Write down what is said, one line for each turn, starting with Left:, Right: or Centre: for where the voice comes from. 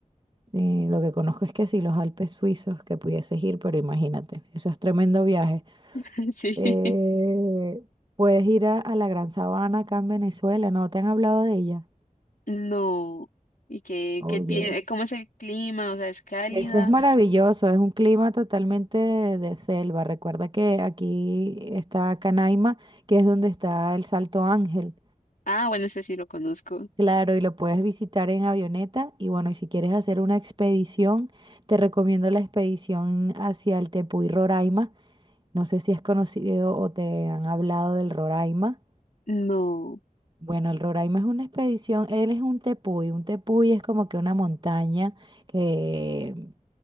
Right: eh, lo que conozco es que sí, los Alpes suizos, que pudieses ir, pero imagínate, eso es tremendo viaje.
Left: <laughs> Sí.
Right: Eh, puedes ir a, a la Gran Sabana acá en Venezuela, ¿no te han hablado de ella?
Left: No. ¿Y qué,
Right: Oye.
Left: qué tiene? ¿Cómo es el clima? O sea, ¿es cálida?
Right: Eso es maravilloso, es un clima totalmente de, de selva. Recuerda que aquí está Canaima, que es donde está el Salto Ángel.
Left: Ah, bueno, ese sí lo conozco.
Right: Claro, y lo puedes visitar en avioneta. Y bueno, y si quieres hacer una expedición, te recomiendo la expedición hacia el Tepuy Roraima. No sé si has conocido o te han hablado del Roraima.
Left: No.
Right: Bueno, el Roraima es una expedición, él es un tepuy. Un tepuy es como que una montaña que